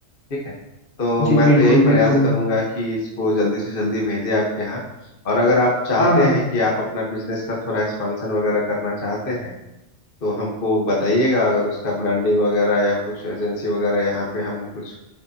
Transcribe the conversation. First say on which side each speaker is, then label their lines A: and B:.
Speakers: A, on the left (about 45°); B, on the left (about 75°).
A: ठीक है तो
B: जी
A: मैं
B: बिल्कुल
A: तो यही प्रयास
B: बिल्कुल
A: करूंगा कि इसको जल्दी से जल्दी भेजे आपके यहाँ और अगर आप चाहते
B: हाँ हाँ
A: हैं कि आप अपना बिजनेस का थोड़ा एक्सपांशन वगैरह करना चाहते हैं तो हमको बताइएगा अगर उसका ब्रांडिंग वगैरह या कुछ एजेंसी वगैरह यहाँ पे हम कुछ